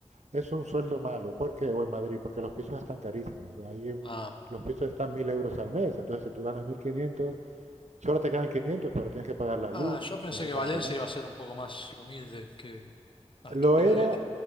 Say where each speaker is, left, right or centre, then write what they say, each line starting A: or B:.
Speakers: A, on the right; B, on the left.
A: es un sueldo malo, porque O en Madrid, porque los pisos están carísimos. Ahí
B: Ah,
A: los pisos están 1.000 euros al mes, entonces si tú ganas 1.500, solo te quedan 500, pero tienes que pagar la luz,
B: ah, yo pensé
A: tienes que
B: que
A: pagar
B: Valencia
A: el agua.
B: iba a ser un poco más humilde que Asturias,
A: Lo era,
B: de hecho.